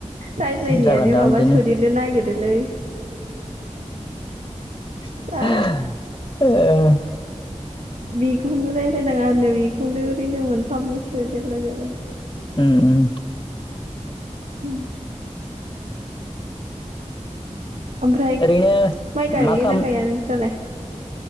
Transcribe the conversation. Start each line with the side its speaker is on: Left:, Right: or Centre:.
Right: रायज्लायनायानो
Left: उम जागोनदां
Right: माबा
Left: बिदिनो
Right: सोदेरनो नागिरोलै
Left: <unintelligible>
Right: जा
Left: ओ
Right: बिखौनो रायलाय नाङा होनदों बि खौनो ओरैनो मोनफा मोननै सोदेरला जोबो।
Left: उम उम
Right: उम आमफ्राय
Left: ओरैनो
Right: माइ गायोना
Left: मा खाम
Right: गाया नोंस्रालाय